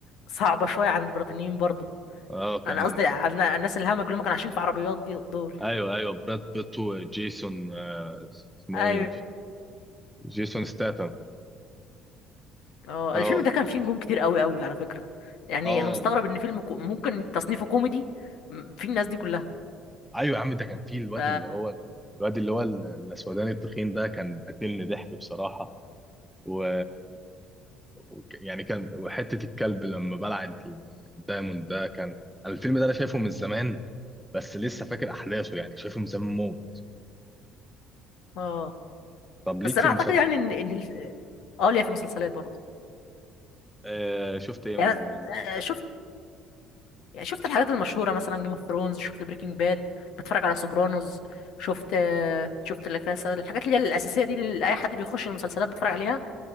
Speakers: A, on the left; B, in the centre.
A: صعبه شويه عن البريطانيين برضه
B: اه كان
A: انا قصدي على الناس الهمج اللي هم كانوا عايشين في عربيات دي دول
B: ايوه ايوه براد بيت وجيسون آه اسمه
A: ايوه
B: ايه جي- جيسون ستاتم
A: اه
B: اه
A: الفيلم ده كان فيه نجوم كتير قوي قوي على فكرة يعني
B: اه
A: انا مستغرب ان فيلم كو... ممكن تصنيفه كوميدي م- فيه الناس دي كلها
B: ايوه يا عم ده كان فيه الواد
A: ف
B: اللي هو الواد اللي هو ال- الاسوداني التخين ده كان قاتلني ضحك بصراحه و... وك... يعني كان وحته الكلب لما بلع ال- الدايموند ده كان أنا الفيلم ده انا شايفه من زمان بس لسه فاكر احداثه يعني شايفه من زمان موت
A: اه
B: طب ليك
A: بس انا
B: في
A: اعتقد
B: المسلسل
A: يعني ان ان ال- اه ليا في المسلسلات برضه
B: آه شفت ايه
A: يعني
B: من المسلسلات
A: أنا- آه، شفت يعني شفت الحاجات المشهورة مثلا جيم اوف ثرونز شفت بريكنج باد بتفرج على سوبرانوز شفت آه، شفت لا كاسا الحاجات اللي هي الأساسية دي اللي أي حد بيخش المسلسلات بيتفرج عليها